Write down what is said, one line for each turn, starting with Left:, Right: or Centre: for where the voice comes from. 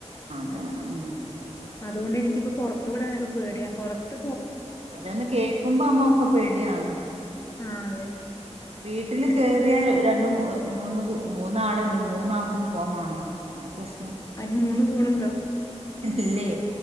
Right: അ ആ
Left: അതോണ്ട് എനിക്കിപ്പോ പൊറത്ത് വിടാനൊക്കെ പേടിയാ പൊറത്ത്
Right: ഓരോന്ന് കേക്കുമ്പോ അമ്മ ഒക്ക പേട്യണ്
Left: ആ അതെ
Right: വീട്ടില്
Left: ഇപ്
Right: കേറ്യാൽ രണ്ട് മൂ മൂന്ന് മൂന്നാള്ണ്ട് മൂന്നാക്കും ഫോ മാണോ അതാ പ്രശ്
Left: അന് മൂന്ന് ഫോൺ ണ്ടോ
Right: ഇല്ലേ